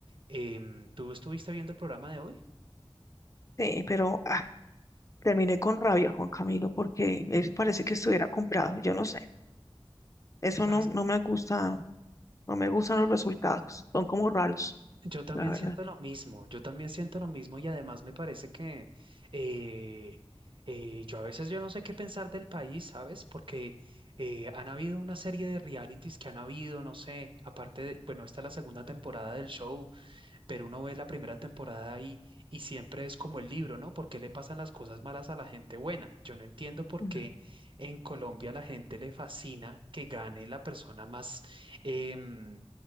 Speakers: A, on the right; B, on the left.
A: Em, ¿tú estuviste viendo el programa de hoy?
B: Sí, pero ah, terminé con rabia, Juan Camilo, porque eso parece que estuviera comprado, yo no sé, eso
A: ¿Sabes?
B: no, no me gusta, no me gustan los resultados, son como raros,
A: Yo también
B: la verdad.
A: siento lo mismo, yo también siento lo mismo y además me parece que eh, eh, yo a veces yo no sé qué pensar del país, ¿sabes? Porque eh, han habido una serie de realities que han habido, no sé, aparte de, bueno, esta es la segunda temporada del show, pero uno ve la primera temporada y, y siempre es como el libro, ¿no? ¿Por qué le pasan las cosas malas a la gente buena? Yo no entiendo por
B: Ujú.
A: qué en Colombia a la gente le fascina que gane la persona más, em,